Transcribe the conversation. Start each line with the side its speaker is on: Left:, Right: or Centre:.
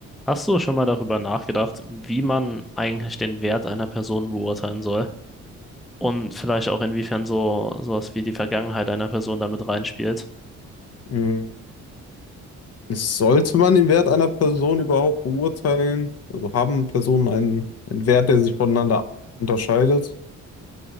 Centre: Hast du schon mal darüber nachgedacht, wie man eigentlich den Wert einer Person beurteilen soll? Und vielleicht auch inwiefern so sowas wie die Vergangenheit einer Person damit reinspielt?
Left: Mm, Sollte man den Wert einer Person überhaupt beurteilen? Also haben Personen einen, einen Wert, der sich voneinander unterscheidet?